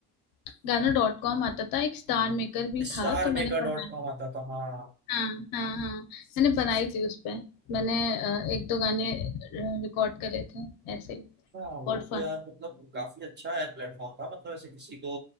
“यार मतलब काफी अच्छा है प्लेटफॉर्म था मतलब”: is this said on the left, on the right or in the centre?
Right